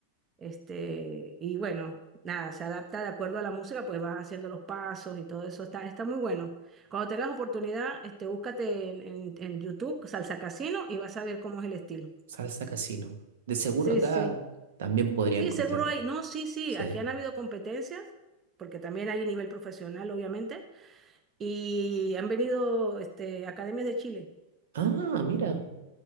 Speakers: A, on the right (about 25°); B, on the right (about 60°).
A: Este, y bueno, nada, se adapta de acuerdo a la música, pues vas haciendo los pasos y todo eso. Está, está muy bueno. Cuando tengas oportunidad, este, búscate en, en- en YouTube Salsa Casino y vas a ver cómo es el estilo.
B: Salsa casino. De seguro
A: Sí,
B: acá
A: sí.
B: también podría
A: Sí,
B: encontrar.
A: seguro hay. No, sí, sí.
B: Sí.
A: Aquí han habido competencias, porque también hay nivel profesional, obviamente. Y han venido, este, academias de Chile.
B: Ah, mira.